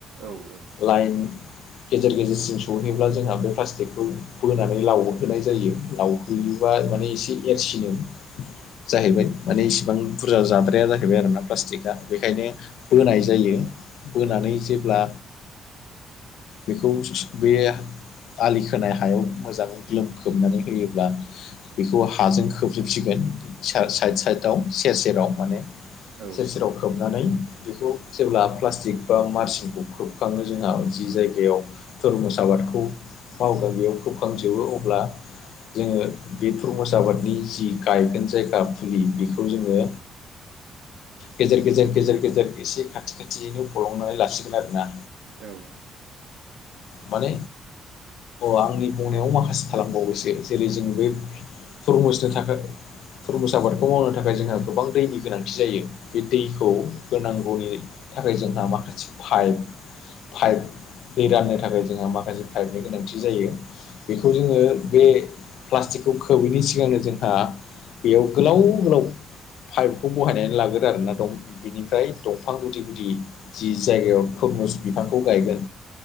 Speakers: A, on the right; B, on the left.
A: औ औ।
B: लाइन गेजेर गेजेरसिम सहैब्ला जोंहा बे प्लास्टिक बे बोनानै लावहोनाय जायो लावहोयोबा माने एसे एरसिनो जाहैबाय माने इसिबां बुरजा जाद्राया जाहैबाय आरो ना प्लास्टिकआ बेखायनो बोनाय जायो बोनानै
A: औ
B: जेब्ला बेखौ बे आलिखौ होनाय हायाव मोजाङै ग्लोम खोबनानै होयोब्ला बेखौ हाजों खोबजोबसिगोन साइद साइदआव सेर सेराव माने
A: औ
B: सेर सेरावखा खोबनानै बेखौ जेब्ला प्लास्टिक बा मारसिनखौ खोबखाङो जोंहा जि जायगायाव धर्मस आबादखौ माव गामियाव खोबखांजोबो अब्ला जोङो बे प्रमस आबादनि जि गायगोन जायगा फुलि बेखौ जोङो गेजेर गेजेर गेजेर गेजेर एसे खाथि खाथियैनो फलंनानै लासिगोन आरो ना।
A: औ
B: माने आंनि बुंनायाव माखासे खालामबावैसो जेरै जों बे थुरमुसनो थाखाय थुरमुस आबादखौ मावनो थाखाय जोंहा गोबां दैनि गोनांथि जायो। बि दैखौ होनांगौनि थाखाय जोंहा माखासे पाइ पाइप दै रान नि थाखाय जोंहा माखासे पाइपनि गोनांथि जायो बेखौ जोङो बे प्लास्टिकखौ खोबैनि सिगांनो जोंहा बेयाव गोलाव गोलाव पाइपखौ बहायनानै लाग्रो आरोोना दं बिनिफ्राय दंफां गुदि गुदि जि जायगायाव तरमुस बिफांखौ गायगोन